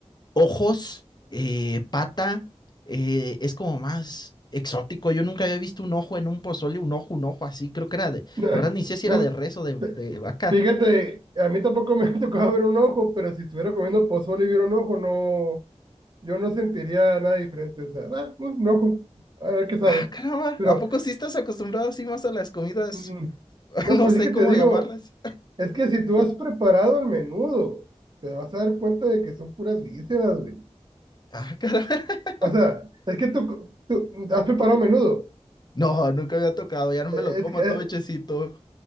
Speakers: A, on the left; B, on the right.
A: ojos, eh, pata, eh, es como más exótico. Yo nunca había visto un ojo en un pozole, un ojo, un ojo así, creo que era de,
B: <laughs>
A: la verdad ni sé si
B: No,
A: era
B: no,
A: de res o de
B: f-
A: de vaca.
B: fíjate, a mí tampoco me <laughs> ha tocado ver un ojo, pero si estuviera comiendo pozole y viera un ojo, no, yo no sentiría nada diferente. O sea, ah, un ojo, a ver qué sabe.
A: Ah, caramba.
B: Pero,
A: ¿A poco sí estás acostumbrado así más a las comidas?
B: mm,
A: <laughs>
B: no,
A: No
B: pues
A: sé
B: es que
A: cómo
B: te digo,
A: llamarlas.
B: es que si tú has preparado el menudo, te vas a dar cuenta de que son puras vísceras, güey.
A: Ah, caramba. <laughs>
B: O sea, es que tú, tú has preparado menudo.
A: No, nunca había tocado. Ya no me
B: Eh,
A: lo como
B: Es, eh,
A: todo hechecito.